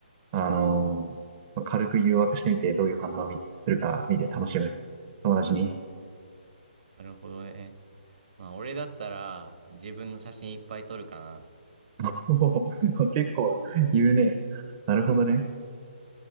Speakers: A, on the right; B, on the right.
A: あ、あのーまあ軽く誘惑してみて、どういう反応を見するか見て楽しむ。友達に。
B: なるほどね。まあ、俺だったら、自分の写真いっぱい撮るかな。
A: <laughs> おお、<laughs> 結構言うね。なるほどね。